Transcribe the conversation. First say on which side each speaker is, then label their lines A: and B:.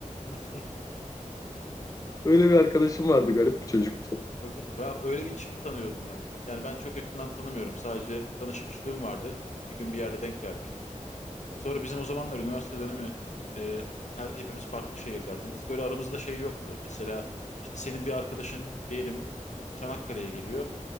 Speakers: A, on the left; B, on the left.
A: <laughs>
B: <laughs> Öyle bir arkadaşım vardı garip bir çocuktu.
A: Çok yani ya öyle bir çift tanıyordum ben. Yani ben çok yakından tanımıyorum. Sadece tanışmışlığım vardı. Bir gün bir yerde denk gelmiştik. Sonra bizim o zamanlar üniversite dönemi e, her, hepimiz farklı şehirlerdeniz. Böyle aramızda şey yoktu. Mesela işte senin bir arkadaşın diyelim Çanakkale'ye geliyor.